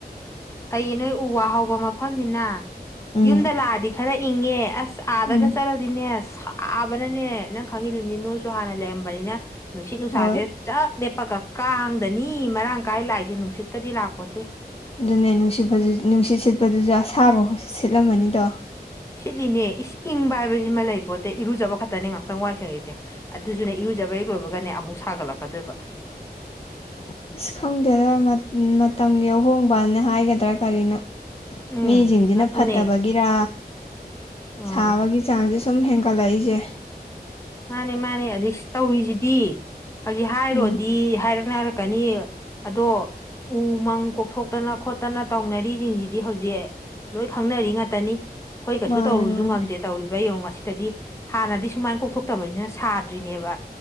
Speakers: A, on the left; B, on the left.
A: ꯐꯩꯌꯦ ꯅꯣꯏ ꯎ ꯋꯥ ꯍꯥꯎꯕ ꯃꯐꯝꯅꯤꯅ
B: ꯎꯝ
A: ꯌꯨꯝꯗ ꯂꯥꯛꯑꯗꯤ ꯈꯔ ꯏꯪꯉꯦ ꯑꯁ ꯑꯥꯗꯒ
B: ꯎꯝ
A: ꯆꯠꯂꯗꯤꯅꯦ ꯑꯁ ꯁꯥꯕꯅꯅꯦ ꯅꯪ ꯈꯪꯉꯗꯨꯅꯤ ꯅꯣꯏꯁꯨ ꯍꯥꯟꯅ ꯂꯩꯔꯝꯕꯅꯤꯅ ꯅꯨꯡꯁꯤꯠ ꯅꯨꯡꯁꯥꯁꯦ
B: ꯍꯣꯏ
A: ꯆꯞ ꯂꯦꯞꯄꯒ ꯀꯥꯡꯗꯅꯤ ꯃꯔꯥꯡ ꯀꯥꯏ ꯂꯥꯛꯏꯁꯦ ꯅꯨꯡꯁꯤꯠꯀꯗꯤ ꯂꯥꯛꯄꯣꯠꯇꯦ
B: ꯑꯗꯨꯅꯦ ꯅꯨꯡꯁꯤꯠ ꯅꯨꯡꯁꯤꯠ ꯁꯤꯠꯄꯗꯨꯁꯨ ꯑꯁꯥꯕ ꯁꯤꯠꯂꯝꯃꯅꯤꯗꯣ
A: ꯁꯤꯠꯂꯤꯅꯦ ꯏꯪꯕ ꯍꯥꯏꯕꯁꯤꯃ ꯂꯩ ꯄꯣꯠꯇꯦ ꯏꯔꯨꯖꯕ ꯈꯛꯇꯅꯤ ꯉꯥꯏꯍꯥꯛꯇꯪ ꯋꯥꯏ ꯁꯪꯉꯛꯁꯦ ꯑꯗꯨꯁꯨꯅꯦ ꯏꯔꯨꯖꯕ ꯦꯛ ꯂꯣꯏꯕꯒꯅꯦ ꯑꯃꯨꯛ ꯁꯥꯒꯠꯂꯛꯀꯗꯣꯏꯕ
B: <inaudible> ꯑꯁ ꯈꯪꯗꯦꯗ ꯃꯇꯝꯒꯤ ꯑꯍꯣꯡꯕꯅ ꯍꯥꯏꯒꯗ꯭ꯔꯥ ꯀꯔꯤꯅꯣ
A: ꯎꯝ
B: ꯃꯤꯁꯤꯡꯁꯤꯅ
A: ꯑꯗꯨꯅꯦ
B: ꯐꯠꯇꯕꯒꯤꯔꯥ
A: ꯑꯥ
B: ꯁꯥꯕꯒꯤ ꯆꯥꯡꯁꯦ ꯁꯨꯝ ꯍꯦꯟꯒꯠ ꯀꯂꯛꯏꯁꯦ
A: ꯃꯥꯅꯦ ꯃꯥꯅꯦ ꯑꯩ ꯇꯧꯔꯤꯁꯤꯗꯤ ꯍꯧꯖꯤꯛ ꯍꯥꯏꯔꯣꯗꯤ
B: ꯎꯝ
A: ꯍꯥꯏꯔ ꯈꯪꯅꯥꯔꯛꯀꯅꯤ ꯑꯗꯣ ꯎꯃꯪ ꯀꯣꯛꯊꯣꯛꯇꯅ ꯈꯣꯠꯇꯅ ꯇꯧꯅꯔꯤꯁꯤꯡꯁꯤꯗꯤ ꯍꯧꯖꯤꯛ ꯂꯣꯏ ꯈꯪꯅꯔꯤ ꯉꯥꯛꯇꯅꯤ ꯑꯩꯈꯣꯏ ꯀꯩꯁꯨ
B: ꯃꯥꯅꯦ
A: ꯇꯧꯔꯨꯁꯨ
B: ꯃꯥꯅꯦ
A: ꯉꯝꯗꯦ ꯇꯧꯔꯤꯕ ꯌꯦꯡꯉꯣ ꯉꯁꯤꯗꯗꯤ ꯍꯥꯟꯅꯗꯤ ꯁꯨꯃꯥꯏꯅ ꯀꯣꯛꯊꯣꯛ ꯐꯠꯇꯕꯅꯤꯅ ꯁꯥꯗ꯭ꯔꯤꯅꯦꯕ